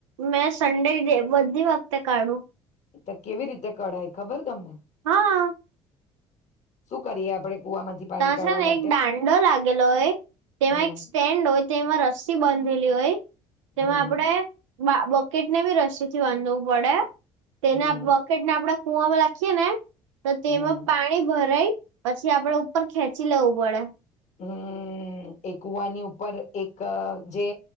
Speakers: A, on the right; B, on the left.
A: મેં સન્ડે બધી વખતે કાઢું.
B: એ તો કેવી રીતે કઢાય ખબર તમને?
A: હા.
B: શું કરીએ આપડે? કુવામાંથી પાણી
A: ત
B: કાઢવા
A: છે ને
B: માટે
A: એક દાંડો લાગેલો હોય, તેમાં
B: હમ
A: એક સ્ટેન્ડ હોય તેમાં રસ્સી બંધેલી હોય, તેમાં
B: હમ
A: આપણેે બોકેટ ને બી રસી થી વાંધવું પડે? તેના
B: હમ
A: બકેટ ને આપડા પુંવામાં લખીએ ને. તો તેમાં
B: હમ
A: પાણી ભરાય. પછી આપડે ખેંચી લેવું પડે.
B: હમ એકુવાની ઉપર એક જે